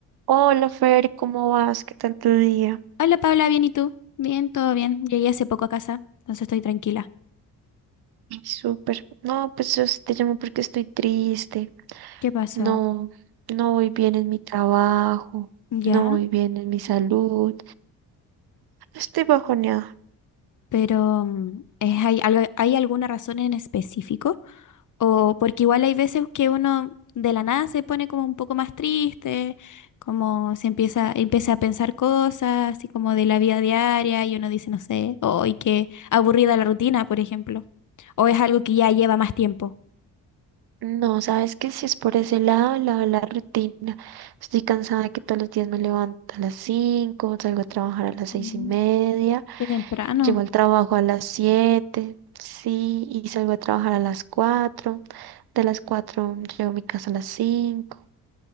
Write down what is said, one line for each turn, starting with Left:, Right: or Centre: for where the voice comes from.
Right: Hola Fer, ¿cómo vas? ¿Qué tal tu día?
Left: Hola Paula, ¿bien y tú? Bien, todo bien. Llegué hace poco a casa, entonces estoy tranquila.
Right: Ay, Súper. No, pues yo sí te llamo porque estoy triste.
Left: ¿Qué pasó?
Right: No, no voy bien en mi trabajo,
Left: Ya,
Right: no voy bien en mi salud. Estoy bajoneada.
Left: pero mm, ¿es, hay, algo- hay alguna razón en específico? O porque igual hay veces que uno de la nada se pone como un poco más triste, como se empieza, empieza a pensar cosas, así como de la vida diaria, y uno dice, no sé, hoy qué aburrida la rutina, por ejemplo. O es algo que ya lleva más tiempo.
Right: No, sabes que si es por ese lado, el lado de la rutina. Estoy cansada de que todos los días me levanto a las 5, salgo a trabajar a las seis
Left: Mm,
Right: y media,
Left: Qué temprano.
Right: llego al trabajo a las 7, sí, y salgo a trabajar a las cuatro, De las 4 llego a mi casa a las 5.